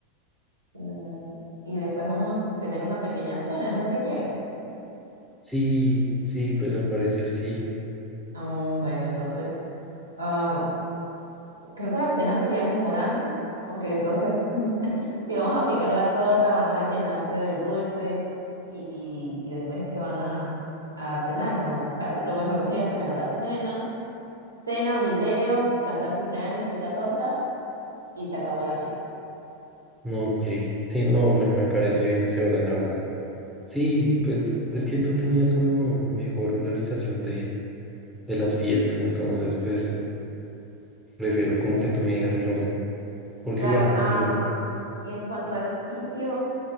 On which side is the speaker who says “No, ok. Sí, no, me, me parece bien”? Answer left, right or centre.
Centre